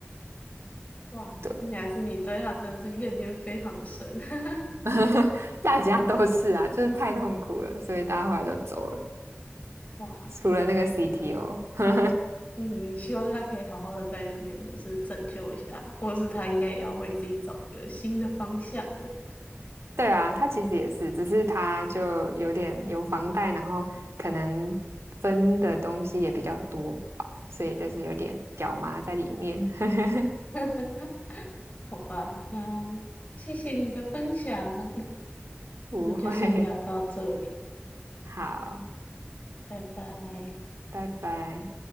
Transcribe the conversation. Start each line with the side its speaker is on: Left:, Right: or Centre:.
Left: 哇，
Right: 对
Left: 看起来是你对他真的是怨念非常的深。<laughs>
Right: <laughs> 大家都是啊，就是太痛苦了，所以大家后来都走了，
Left: 哇，
Right: 除了那个
Left: 好吧，
Right: CTO。<laughs>
Left: 嗯，希望他可以好好的在那边，就是拯救一下，或者是他应该也要为自己找一个新的方向了。
Right: 对啊，他其实也是，只是他就有点有房贷，然后可能分的东西也比较多吧，所以就是有点脚麻在里面。<laughs>
Left: <laughs> 好吧，嗯，谢谢你的分享，<laughs>
Right: 不会，
Left: 我们就先聊到这里，
Right: 好，
Left: 拜拜。
Right: 拜拜。